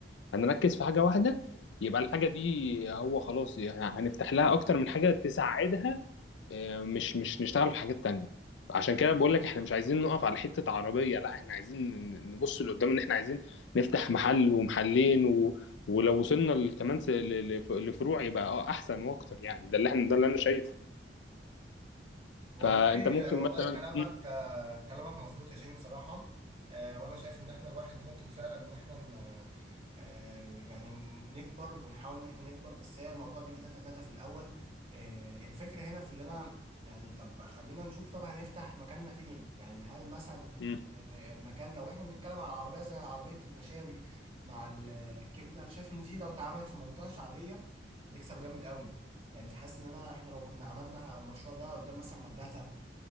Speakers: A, on the left; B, on the right.
A: هنركز في حاجه واحده يبقى الحاجه دي هو خلاص يعني هنفتح لها اكتر من حاجه تساعدها آه، مش مش نشتغل في حاجات تانية عشان كده بقول لك احنا مش عايزين نقف على حتة عربية لا احنا عايزين نبص لقدام ان احنا عايزين نفتح محل ومحلين و... ولو وصلنا ل- كمان س- ل- ل- لفروع يبقى اه احسن واكتر يعني ده اللي احنا ده اللي انا شايفه
B: والله
A: فانت ممكن
B: والله
A: مثلا
B: كلامك
A: <laughs> مم.
B: آه، كلامك مظبوط يا جيمي بصراحة آه، وأنا شايف إن إحنا الواحد ممكن فعلا إن إحنا ن- آه، يعني نكبر ونحاول إن إحنا نكبر بس هي الموضوع بيجي تاتا تاتا في الأول آه، الفكرة هنا في اللي أنا يعني طب خلينا نشوف طب هنفتح مكاننا فين يعني هل مثلا
A: مم.
B: آه، مكان لو إحنا بنتكلم على عربية زي عربية المشاوي مع الكبدة أنا شايف إن دي لو اتعملت في منطقة شعبية هتكسب جامد قوي يعني حاسس ان انا احنا لو كنا عملنا المشروع ده قدام مثلا مدرسه